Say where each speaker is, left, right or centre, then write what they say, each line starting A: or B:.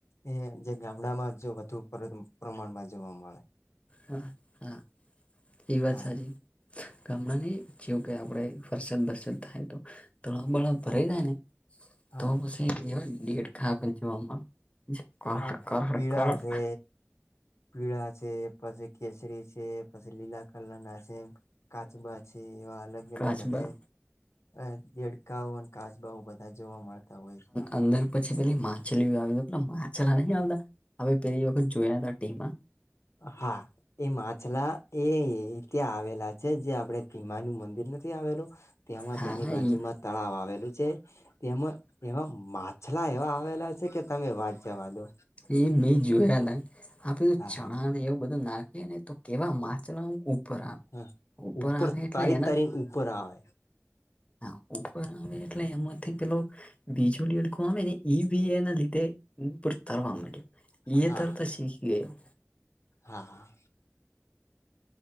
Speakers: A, on the left (about 80°); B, on the left (about 25°).
A: એ જ ગામડામાં જ વધુ પ્ર પ્રમાણમાં જોવા મળે.
B: હા હા એ વાત
A: હા
B: સાચી. ગામડાં ન ની જેવું કે આપડે ફરસન દર્શન થાય તો તળ બળા ભરાઈ જાય ને
A: હા
B: તો પછી એવા દેડકા પણ જોવામાં જે કર્હ
A: હા
B: કાર્હ
A: પીળા
B: કારહડ
A: છે પીળા છે પછી કેસરી છે પછી લીલા કલરના સેમ કાચબા છે એવા અલગ અલગ
B: કાચબા
A: બધાએ આ દેડ દેડકાઓ અને કાચબાઓ બધા જોવા મળતા હોય છે <unintelligible>
B: અંદર પછી પેલી માછલી આવી પેલા માછલા નહી આવતા હવે પેલી વખત જોયા હતા તેમ.
A: હા. એ માછલા એ ત્યા આવેલા છે જે આપણે ત્રિમાનુ મંદિર નથી આવેલું. ત્યામાં
B: હા
A: તેની બાજુમાં
B: એ
A: તળાવ આવેલું છે. તેમાં એવા માછલા એવા આવેલા છે કે તમે વાત જવા દો.
B: એ મે જોયા ને આપ બધું
A: હા
B: ચણા
A: હા
B: એવું બધું નાખ નાખી એને તો કેવા માછલા ઉપર આવે
A: હા
B: ઉપર આવે એટલે
A: તારી
B: એના
A: તારી ઉપર આવે.
B: હા ઉપર આવે એટલે એમાંથી પેલો બીજો દેડકો આવે ને ઈ બી એના લીધે ઉપર તળવા માંડ્યો. યે
A: હા
B: તડતા શીખી ગયો.
A: હા.